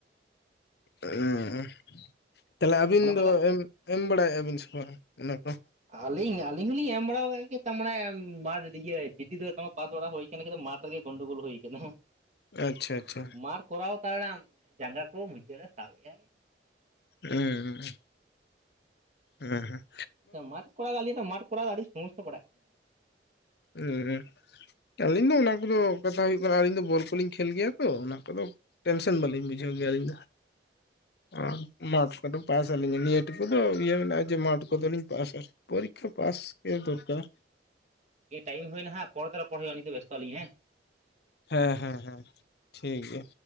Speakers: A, on the left; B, on the right.
A: ᱮᱸ ᱛᱟᱦᱚᱞᱮ ᱟᱹᱵᱤᱱ
B: ᱚᱱᱟ ᱠᱚᱫᱚ
A: ᱫᱚ ᱮᱢ ᱮᱢ ᱵᱟᱲᱟᱭᱮᱜᱼᱟ ᱵᱤᱱ ᱥᱮ ᱵᱟᱝ ᱚᱱᱟ ᱠᱚ?
B: ᱟᱹᱞᱤᱧ ᱟᱹᱞᱤᱧ ᱦᱚᱞᱤᱧ ᱮᱢ ᱵᱟᱲᱟ ᱠᱟᱜ ᱜᱮᱭᱟ ᱛᱟᱢᱟᱱᱮ ᱢᱟᱴ ᱤᱫᱤ ᱜᱮ ᱡᱤᱰᱤ ᱫᱚ ᱛᱟᱢᱟᱱᱮ ᱯᱟᱥ ᱵᱟᱲᱟ ᱦᱩᱭ <unintelligible> ᱢᱟᱴ ᱨᱮᱜᱮ ᱜᱚᱱᱰᱳᱜᱳᱞ ᱦᱳᱭ ᱟᱠᱟᱱᱟ ᱠᱟᱱᱟ ᱦᱟ᱾
A: ᱟᱪᱪᱷᱟ ᱟᱪᱪᱷᱟ᱾
B: ᱢᱟᱨ ᱠᱚᱨᱟᱣ ᱛᱟᱭᱲᱟᱢ ᱡᱟᱸᱜᱟ ᱠᱚ ᱢᱩᱪᱟᱹᱜ ᱨᱮ ᱥᱟᱵ ᱮᱜ ᱟᱭ᱾
A: ᱩᱜ ᱩᱸ, <unintelligible>
B: ᱢᱟᱴ ᱠᱚᱲᱟᱣ ᱟᱞᱤᱧ ᱫᱚ ᱢᱟᱴ ᱠᱚᱨᱟᱣ ᱟᱹᱰᱤ ᱥᱚᱢᱚᱡᱥᱟ ᱯᱟᱲᱟᱜ ᱠᱟᱱᱟ
A: ᱩᱸ ᱦᱩᱸ, ᱟᱹᱞᱤᱧ ᱫᱚ ᱚᱱᱟ ᱠᱩᱫᱚ ᱠᱟᱛᱷᱟ ᱦᱩᱭᱩᱜ ᱠᱟᱱᱟ ᱟᱹᱞᱤᱧ ᱫᱚ ᱵᱚᱞ ᱠᱩᱞᱤᱧ ᱠᱷᱮᱞ ᱜᱮᱭᱟ᱾ ᱛᱚ ᱚᱱᱟ ᱠᱚᱫᱚ ᱴᱮᱱᱥᱮᱱ ᱵᱟᱹᱞᱤᱧ ᱵᱩᱡᱷᱟᱹᱣ ᱜᱮᱭᱟ ᱟᱹᱞᱤᱧ ᱫᱚ᱾ ᱟ ᱢᱟᱴ ᱠᱚᱫᱚ ᱯᱟᱥ ᱟᱹᱞᱤᱧᱟ ᱱᱤᱭᱟᱹ ᱴᱩᱠᱩ ᱫᱚ ᱤᱭᱟᱹ ᱢᱮᱱᱟᱜᱼᱟ ᱡᱮ ᱢᱟᱴᱷ ᱠᱚᱫᱚᱞᱤᱧ ᱯᱟᱥᱟ᱾ ᱯᱚᱨᱤᱠᱠᱷᱟ ᱯᱟᱥ ᱜᱮ ᱫᱚᱨᱠᱟᱨ᱾
B: ᱤᱭᱟᱹ ᱴᱟᱭᱤᱢ ᱦᱩᱭᱱᱟ ᱦᱟᱸᱜ ᱯᱚᱨᱮ ᱛᱮ ᱨᱚᱯᱚᱲ ᱦᱩᱭᱩᱜᱼᱟ ᱱᱤᱛᱚᱜ ᱵᱮᱥᱛᱚ ᱟᱹᱞᱤᱧ ᱦᱮᱸ᱾
A: ᱦᱮᱸ, ᱦᱮᱸ, ᱦᱮᱸ, ᱴᱷᱤᱠ ᱜᱮᱭᱟ᱾